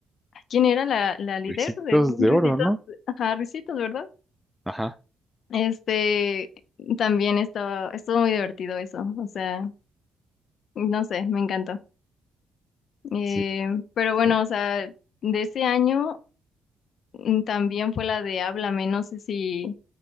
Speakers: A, on the left (about 65°); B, in the centre.
A: ¿quién era la, la líder
B: Ricitos
A: de
B: de
A: Risitos?
B: oro, ¿no?
A: Ajá, Risitos, ¿verdad?
B: Ajá.
A: Este, también estaba, estuvo muy divertido eso, o sea, no sé, me encantó. Eh,
B: Sí,
A: pero bueno,
B: sí.
A: o sea, de ese año. Mm, También fue la de Háblame, no sé si,